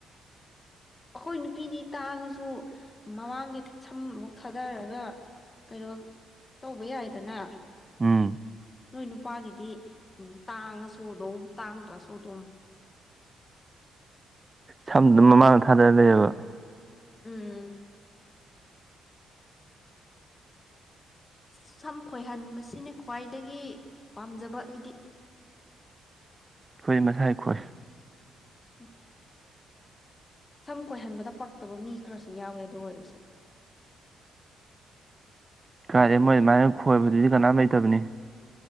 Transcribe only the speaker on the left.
ꯑꯩꯈꯣꯏ ꯅꯨꯄꯤꯅꯤ ꯇꯥꯡꯉꯁꯨ ꯃꯃꯥꯡꯒꯤ ꯁꯝ ꯃꯨꯛ ꯊꯥꯗꯔꯒ ꯀꯩꯅꯣ ꯇꯧꯕꯌꯥꯏꯗꯅ
ꯅꯣꯏ ꯅꯨꯄꯥꯒꯤꯗꯤ ꯇꯥꯡꯉꯥꯁꯨ ꯑꯗꯨꯝ ꯇꯥꯡꯗ꯭ꯔꯁꯨ ꯑꯗꯨꯝ
ꯎꯝ ꯁꯝꯈꯣꯏꯍꯟꯕꯁꯤꯅꯦ ꯈ꯭ꯋꯥꯏꯗꯒꯤ ꯄꯥꯝꯖꯕ ꯑꯩꯗꯤ
INAUDIBLE ꯁꯝꯈꯣꯏꯍꯟꯕꯗ ꯄꯛꯇꯕ ꯃꯤ ꯈꯔꯁꯨ ꯌꯥꯎꯋꯦ ꯑꯗꯨ ꯑꯣꯏꯔꯖꯨ